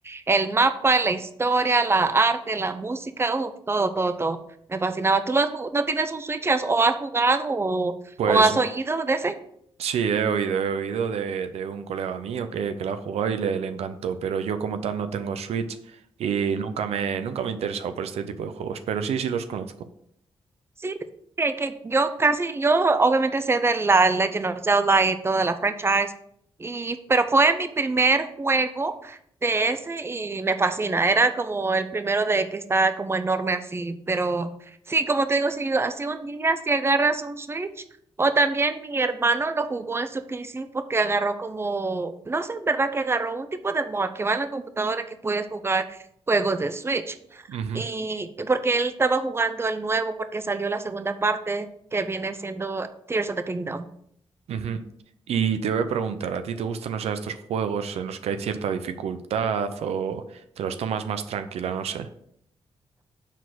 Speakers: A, on the right (about 25°); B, on the right (about 80°).
A: el mapa, la historia, la arte, la música, uh, todo, todo, todo. Me fascinaba. ¿Tú lo has ju- no tienes un Switch has- o has jugado o,
B: pues
A: o has oído de ese?
B: sí, he oído, he oído de, de un colega mío que, que la ha jugado y le, le encantó, pero yo como tal no tengo Switch y nunca me, nunca me he interesado por este tipo de juegos, pero sí, sí los conozco.
A: Sí, que, que yo casi, yo obviamente sé de la Legend of Zelda y toda la franchise, y, pero fue mi primer juego de ese y me fascina. Era como el primero de que está como enorme así, pero sí, como te digo, si, si un día si agarras un Switch, o también mi hermano lo jugó en su PC porque agarró como, no sé en verdad que agarró un tipo de mod que va en la computadora que puedes jugar juegos de Switch.
B: Ujú,
A: Y y porque él estaba jugando el nuevo, porque salió la segunda parte que viene siendo Tears of the Kingdom.
B: Ujú. Y te voy a preguntar, ¿a ti te gustan, o sea, estos juegos en los que hay cierta dificultad o te los tomas más tranquila? No sé.